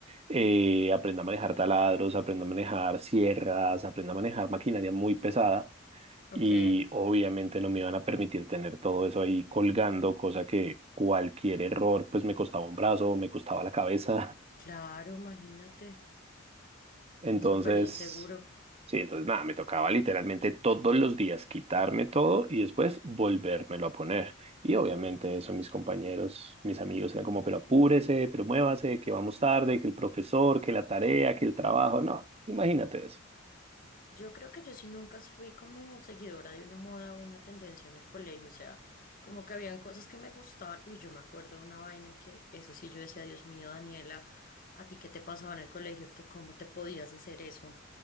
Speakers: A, on the right; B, on the left.
A: eh, aprenda a manejar taladros, aprenda a manejar sierras, aprenda a manejar maquinaria muy pesada
B: Ok.
A: y obviamente no me iban a permitir tener todo eso ahí colgando, cosa que cualquier error pues me costaba un brazo, me costaba la cabeza.
B: Claro, imagínate.
A: Entonces,
B: Súper inseguro.
A: sí, entonces nada, me tocaba literalmente todos los días quitarme todo y después volvérmelo a poner. Y obviamente eso mis compañeros, mis amigos eran como, pero apúrese, pero muévase, que vamos tarde, que el profesor, que la tarea, que el trabajo. No, imagínate eso.
B: Yo creo que yo sí nunca fui como seguidora de una moda o una tendencia en el colegio, o sea, como que habían cosas que me gustaban. Uy, yo me acuerdo de una vaina que eso sí yo decía, Dios mío, Daniela, ¿a ti qué te pasaba en el colegio? ¿Tú ¿Cómo te podías hacer eso?